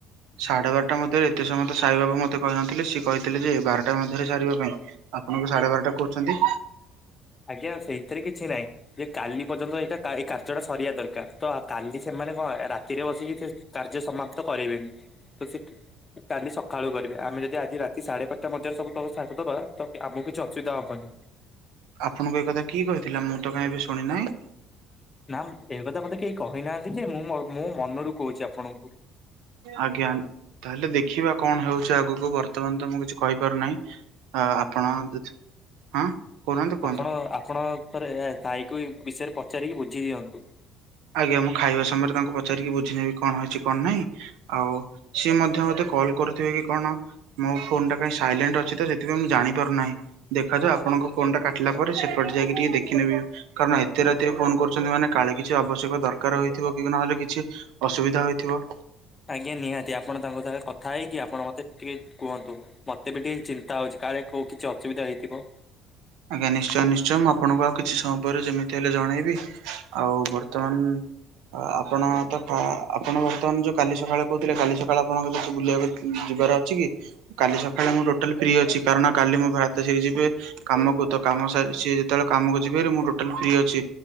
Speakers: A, on the right; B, on the left.
A: ସାଢେ ବାରଟା ମଧ୍ୟରେ ଏତେ ସମୟ ତ ସାରିବାକୁ ମତେ କହିନଥିଲେ, ସିଏ କହିଥିଲେ ଯେ ବାରଟା ମଧ୍ୟରେ ସାରିବା ପାଇଁ। ଆପଣଙ୍କୁ ସାଢେ ବାରଟା କହୁଛନ୍ତି।
B: ଆଜ୍ଞା ସେଇଥିରେ କିଛି ନାହିଁ। ଯେ କାଲି ପର୍ଯ୍ୟନ୍ତ ଏଇଟା ଏଇ କାର୍ଯ୍ୟଟା ସରିବା ଦରକାର ତ କାଲି ସେମାନେ କଣ ରାତିରେ ବସିକି ସେ କାର୍ଯ୍ୟ ସମାପ୍ତ କରାଇବେନି ତ ସେଠ କାଲି ସକାଳୁ କରିବେ ଆମେ ଯଦି ଆଜି ରାତି ସାଢ଼େ ପାଞ୍ଚଟା ମଧ୍ୟରେ ସବୁ ତ ସାଯ୍ୟ ଦେବା ତ ଆମକୁ କିଛି ଅସୁବିଧା ହବନି।
A: ଆପଣଙ୍କୁ ଏ କଥା କିଏ କହିଥିଲା ମୁଁ ତ କାହିଁ ଶୁଣି ନାହିଁ।
B: ନା ଏ କଥା ମତେ କେହି କହିନାହାନ୍ତି ଯେ ମୁଁ ମୋ ମନରୁ କହୁଛି ଆପଣଙ୍କୁ।
A: ଆଜ୍ଞା। ତାହେଲେ ଦେଖିବା କଣ ହଉଛି ଆଗକୁ ବର୍ତ୍ତମାନ ତ ମୁଁ କିଛି କହିପାରୁନାହିଁ। <unintelligible> ଆପଣ ହଁ କହୁନାହାନ୍ତି କୁହନ୍ତୁ।
B: ଆପଣ ଆପଣ ଥରେ ସାଇକୁ ଏ ବିଷୟରେ ପଚାରିକି ବୁଝି ଦିଅନ୍ତୁ।
A: ଆଜ୍ଞା ମୁଁ ଖାଇବା ସମୟରେ ତାଙ୍କୁ ପଚାରିକି ବୁଝି ନେବି କଣ ହେଇଛି କଣ ନାହିଁ ଆଉ ସିଏ ମଧ୍ୟ ମତେ କଲ କରୁଥିବେ କି କଣ ମୋ ଫୋନ୍ ଟା କାହିଁ ସାଇଲେଣ୍ଟ ଅଛି ତ ସେଥିପାଇଁ ଜଣିପାରୁନାହିଁ। ଦେଖାଯଉ ଆପଣଙ୍କ ଫୋନ ଟା କାଟିଲା ପରେ ସେପଟେ ଯାଇକି ଟିକେ ଦେଖିନେବି କାରଣ ଏତେ ରାତିରେ ଫୋନ କରୁଛନ୍ତି ମାନେ କାଳେ କି କିଛି ଆବଶ୍ୟକ ଦରକାର ହୋଇଇଥିବ କି ନହେଲେ କିଛି ଅସୁବିଧା ହୋଇଥିବ।
B: ଆଜ୍ଞା ନିହାତି ଆପଣ ତାଙ୍କ ସାଙ୍ଗରେ କଥା ହେଇକି ଆପଣ ମୋତେ ଟିକେ କୁହନ୍ତୁ। ମତେ ବି ଟିକେ ଚିନ୍ତା ହଉଛି କାଳେ କୋଉ କିଛି ଅସୁବିଧା ହେଇଥିବ।
A: ଆଜ୍ଞା ନିଶ୍ଚୟ ନିଶ୍ଚୟ ମୁଁ ଆପଣଙ୍କୁ ଆଉ କିଛି ସମୟ ପରେ ଯେମିତି ହେଲେ ଜଣେଇବି। ଆଉ ବର୍ତ୍ତମାନ ଆପଣ ତ ଆପଣ ବର୍ତ୍ତମାନ ଯୋଉ କାଲି ସକାଳେ କହୁଥିଲେ କାଲି ସକାଳେ ଆପଣଙ୍କର ବୁଲିବାକୁ ଯିବାର ଅଛି କି। କାଲି ସକାଳେ ମୁଁ ଟୋଟାଲ ଫ୍ରି ଅଛି କାରଣ କାଲି ମୋ ଭ୍ରାତାସ୍ରୀ ଯିବେ କାମକୁ ତ କାମ ସାରି ସିଏ ଯେତେବେଳେ କାମକୁ ଯିବ ହେରି ମୁଁ ଟୋଟାଲି ଫ୍ରି ଅଛି।